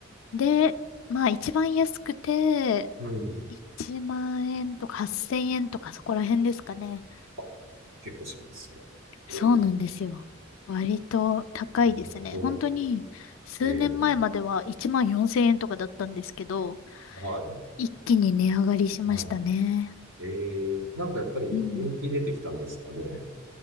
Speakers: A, on the left; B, on the right.
A: で、まあ一番安くて
B: うん。
A: 1万円とか8000円とかそこら辺ですかね。
B: あ、結構しますね。ええ。
A: そうなんですよ。割と高いですね。
B: 割と。
A: 本当に数年前までは1万4000円とかだったんですけど、
B: ええ。はい。
A: 一気に値上がりしましたね。
B: はい。ええ。なんかやっぱり人気出てきたんですかね。
A: うん。